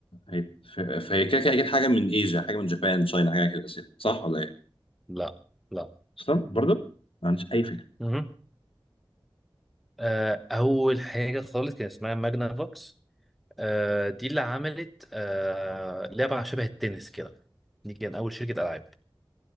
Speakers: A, on the left; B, in the centre.
A: هي... ف- فهي كده كده أكيد حاجة من إيجا حاجة من جابان تشاينا حاجة كده أساسا صح ولا إيه؟
B: لا لا
A: أصلا برضه؟ ما عنديش أي فكرة
B: مهم. آه، أول حاجة خالص كان اسمها ماجنا فوكس آه، دي اللي عملت آه، لعبة شبه التنس كده دي كان أول شركة ألعاب